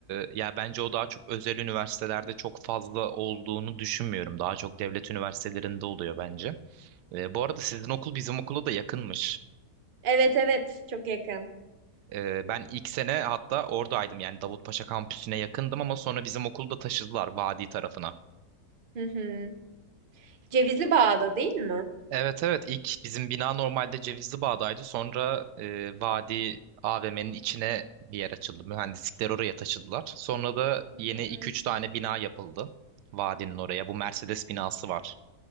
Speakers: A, on the right; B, on the right.
A: ya bence o daha çok özel üniversitelerde çok fazla olduğunu düşünmüyorum. Daha çok devlet üniversitelerinde oluyor bence. E, bu arada sizin okul bizim okula da yakınmış.
B: Evet evet çok yakın.
A: E, ben ilk sene hatta oradaydım yani Davutpaşa kampüsüne yakındım ama sonra bizim okulu da taşıdılar Vadi tarafına.
B: Hı hı. Cevizli Bağ'da değil mi?
A: Evet evet ilk bizim bina normalde Cevizli Bağ'daydı. Sonra e, Vadi AVM'nin içine bir yer açıldı. Mühendislikler oraya taşıdılar. Sonra da
B: Hı
A: yeni
B: hı.
A: iki üç tane bina yapıldı. Vadinin oraya. Bu Mercedes binası var.